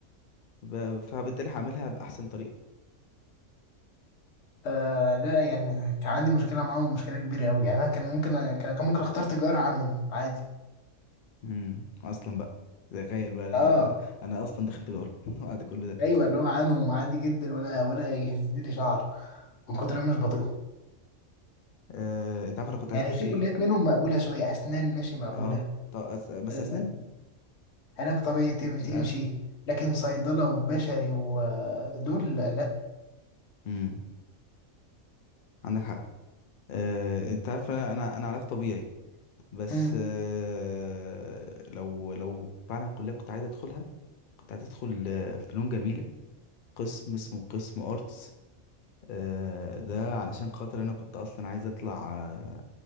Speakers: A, on the left; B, on the left.
A: ب... فبالتالي هعملها بأحسن طريقة
B: آه لا يعني كان عندي مشكله معاهم مشكله كبيره قوي يعني انا كان ممكن كان كان ممكن اختار تجاره عنهم عادي
A: امم اصلا بقى تخيل بقى انا
B: اه
A: انا اصلا دخلت تجاره <laughs> بعد كل ده
B: ايوه اللي هو عنهم عادي جدا ولا ولا يهزلي شعره من كتر انا مش بطيقهم
A: أه... انت عارف انا كنت عايز
B: يعني
A: اخش
B: في
A: ايه
B: كليات منهم مقبوله شويه اسنان ماشي مقبوله
A: اه طب أس... بس
B: آه،
A: اسنان
B: علاج طبيعي تم-
A: للاسف
B: تمشي لكن صيدله وبشري ودول لا
A: امم عندك حق أه... انت عارف انا انا علاج طبيعي بس
B: مم.
A: أه... لو لو فعلا كليه كنت عايز ادخلها كنت عايز ادخل آه، فنون جميله قسم اسمه قسم ارتس أه... ده علشان خاطر انا كنت اصلا عايز اطلع آه،